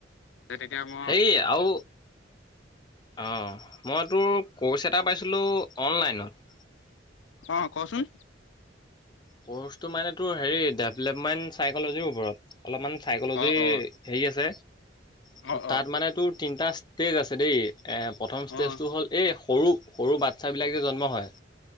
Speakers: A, on the left; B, on the left.
A: <unintelligible> তেতিয়া ম
B: হেই আও অ', মই তোৰ ক'ৰ্চ এটা পাইছিলোঁ অনলাইনত।
A: অ', কচোন।
B: ক'ৰ্চটো মানে তোৰ হেৰি ডেভেলপমেণ্ট চাইকলজিৰ ওপৰত। অলপমান চাইকলজি
A: অ অ
B: হেৰি আছে। ত'
A: অ অ
B: তাত মানে তোৰ তিনটা ষ্টেজ আছে দেই, এ প্ৰথম ষ্টেজটো
A: অ
B: হ'ল এই সৰু সৰু বাচ্ছাবিলাক যে জন্ম হয়।